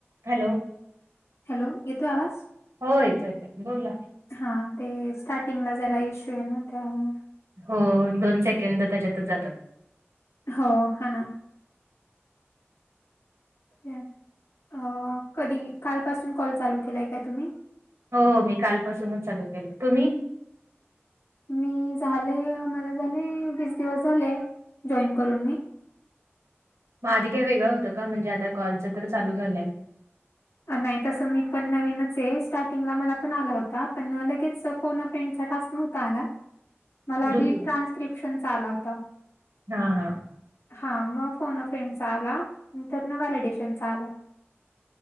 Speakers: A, on the right; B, on the left.
A: Hello
B: hello येतोय आवाज
A: हो येत येत बोला.
B: हा ते स्टार्टिंगला जरा इश्यू आहे ना त्यामुळे
A: हो दोन सेकंड त्यांच्यात जातांत
B: हो हां नां अं कधीं कालंपासूंन कॉल चालूं केलांय कायं तुम्हीं
A: हो हो मी कालंपासूंनच चालूं केलां तुम्हीं
B: मी झाले मलां झाले वीस दिवसं झाले जॉईन करूंन मी
A: मंग आंधी कांहीं वेगळं होतं कां म्हणजे आंता कॉलचं तरं चालूं झालंय
B: नाहीं तसं मी पणं नवीनचं आहे स्टार्टिंगला मलां पणं आलां होतां पणं लगेच फोन फ्रेंडचा टास्कं नव्हतां कां नां मलां
A: दुसरं
B: आंधी ट्रान्स्क्रिप्शन चां आलां होतां
A: हां हां
B: हां मंग फोन फ्रेंड चां आलां नं तरं ना व्हॅलिडेशनचा आलां